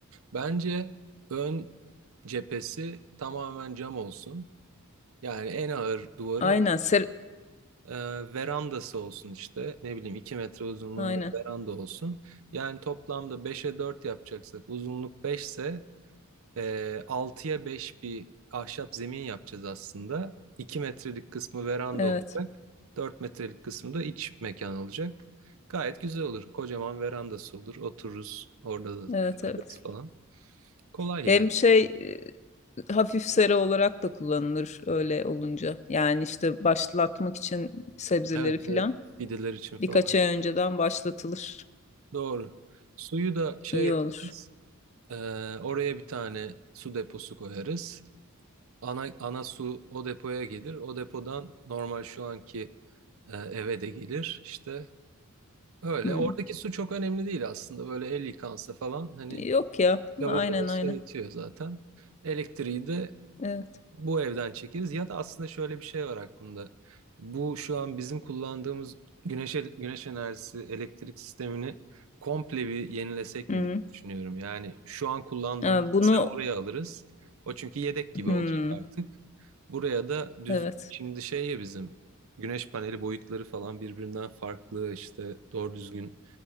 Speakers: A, on the right (about 65°); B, on the left (about 30°).
A: Bence ön cephesi tamamen cam olsun. Yani en ağır duvarı
B: Aynen. Ser
A: e, verandası olsun işte. Ne bileyim 2 metre uzunluğunda
B: Aynen.
A: bir veranda olsun. Yani toplamda beşe 4 yapacaksak uzunluk 5 ise e, 6'ya 5 bir ahşap zemin yapacağız aslında. 2 metrelik kısmı veranda
B: Evet.
A: olacak. dört metrelik kısmı da iç mekan olacak. Gayet güzel olur. Kocaman verandası olur. Otururuz orada da
B: Evet
A: takılırız
B: evet.
A: falan. Kolay
B: Hem
A: yani.
B: şey e, hafif sera olarak da kullanılır öyle olunca. Yani işte başlatmak için sebzeleri
A: Evet,
B: filan
A: evet. Fideler için falan.
B: birkaç ay önceden başlatılır.
A: Doğru. Suyu da şey
B: İyi
A: yaparız.
B: olur.
A: Ee, oraya bir tane su deposu koyarız. Ana, ana su o depoya gelir. O depodan normal şu anki e, eve de gelir. İşte öyle.
B: Hı.
A: Oradaki su çok önemli değil aslında. Böyle el yıkansa falan hani
B: Yok ya.
A: lavabo
B: Aynen
A: olsa
B: aynen.
A: yetiyor zaten. Elektriği de
B: Evet.
A: bu evden çekeriz ya da aslında şöyle bir şey var aklımda. Bu şu an bizim kullandığımız güneş güneş enerjisi elektrik sistemini komple bir yenilesek
B: Hı.
A: mi diye düşünüyorum. Yani şu an kullandığımız
B: Ha, bunu
A: mesela oraya alırız. O çünkü yedek gibi
B: hı.
A: olacak artık. Buraya da düzgün
B: Evet.
A: şimdi şey ya bizim güneş paneli boyutları falan birbirinden farklı işte doğru düzgün